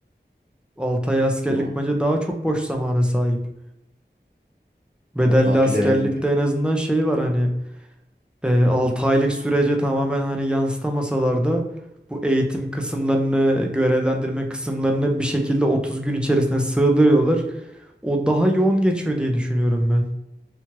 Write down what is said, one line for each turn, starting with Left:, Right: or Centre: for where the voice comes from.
Centre: 6 ay askerlik
Right: Doğru.
Centre: bence daha çok boş zamana sahip. Bedelli
Right: Valla
Centre: askerlikte
Right: bilemedim ya.
Centre: en azından şey var hani e, 6 aylık sürece tamamen hani yansıtamasalar da bu eğitim kısımlarını, görevlendirme kısımlarını bir şekilde 30 gün içerisine sığdırıyorlar. O daha yoğun geçiyor diye düşünüyorum ben.